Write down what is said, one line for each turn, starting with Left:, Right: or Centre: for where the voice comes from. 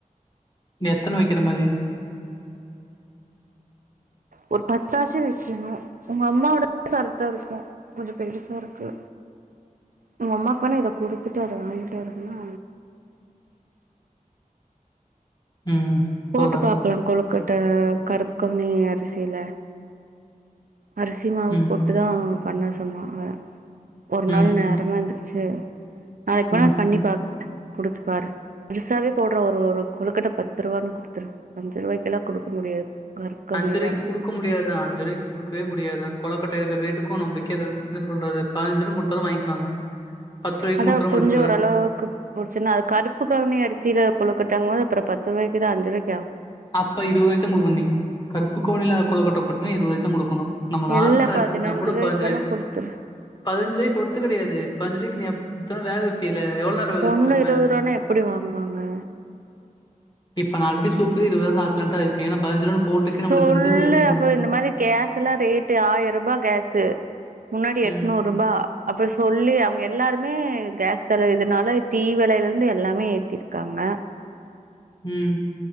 Left: இங்க எத்தன வக்கிற மாரி
Right: ஒரு பத்தாச்சு வைக்கணு உங்க அம்மாவோடது கரெக்ட்டா இருக்கு கொஞ்சம் பெருசா இருக்கு உங்க அம்மாக்கு வேணா இத குடுத்துட்டு அத வாங்கிட்டு வரதுனா
Left: ம்.
Right: போட்டு
Left: சொல்றா.
Right: பாக்கலா கொழுக்கட்ட கருப்பு கவுனி அ ரிசில அரிசி மாவு
Left: ம்.
Right: போட்டுதா பண்ண சொன்னா அவ ஒரு நாள்
Left: ம்.
Right: நேரமா எந்திரி ச்சு நாளைக்கி வேண்ணா
Left: ம். ரூ.
Right: பண்ணி பாக்குறே குடுத்துப் பாரு பெருசாவே போட்ற ஒரு கொழுக்கட்ட பத்து ரூவான்னு குடுத்துரு அஞ்சு ரூவாய்க்கெலா குடுக்க முடியாது. கருப்பு கவுனி
Left: அஞ்சு ரூவாய்க்கு
Right: தான
Left: குடுக்க முடியாதுதா அஞ்சு ரூவாய்க்கு குடுக்கவே முடி யாதுதா கொழக்கட்ட இருக்குற ரேட்டுக்கு நம் வைக்கற என்ன சொல்றது பாஞ்சுரூபானு குடுத்தாலு வாங்கிக்குவாங்க. ரூ.
Right: அதா
Left: குடுத்தாலும் நம்மளுக்கு
Right: கொஞ்சோ
Left: த
Right: ஓரளவுக்கு போச்சுன்னா அது கருப்பு கவுனி அரிசில கொழுக்கட்டங்கும்போது அப்புற பத்து ரூவாய்க்கிதா அஞ்சு ரூவாய்க்
Left: அப்ப இருவது ரூவாய்க்குதா குடுக்கணு நீ. கருப்புக்கவுனில கொழுக்கட்ட போட்டினா இருவது ரூவாய் க்குதா குடுக்கணு நம்ம நார்மல்
Right: இல்ல
Left: அரிசினா
Right: பதினஞ்சு
Left: கூட
Right: ரூவாய்க்கு
Left: பதனஞ்சு
Right: வேணா
Left: ரூவாய்க்கி
Right: குடுத்துரு
Left: பதினஞ்சு ரூவாய்க்கு ஒர்த் இல்லடி அது பதினஞ்சு ரூவாய்க்கு நீ எப் எத்தன வேக வைப்ப இல்ல எவ்ளவு நேரோ வேக வச்சுட்டு
Right: ஒண்ணு
Left: இருப்ப
Right: இருவது ரூவானா எப்டி வாங்குவாங்க
Left: இப்ப நா ஆல்ரெடி இது இருவது ரூவான்னு ஆக்கலான்னுதா இருக்கே ஏன்னா ரூ. போட்டுக்கே நம்மளுக்கு
Right: சொல்லு
Left: வந்து என்ன
Right: அப்புறோ
Left: சொல்
Right: இந்த மாரி கேஸ் எல்லா ரேட்டு ஆயர்ரூபா கேஸு முன்னாடி எட்நூறு
Left: ம்,
Right: ரூபா அப்பற சொல்லி அவங்க எல்லாரு மே கேஸ் <unintelligible> இதுனால டீ வெலையில இருந்து எல்லாமே ஏத்திருக்காங்க
Left: ம்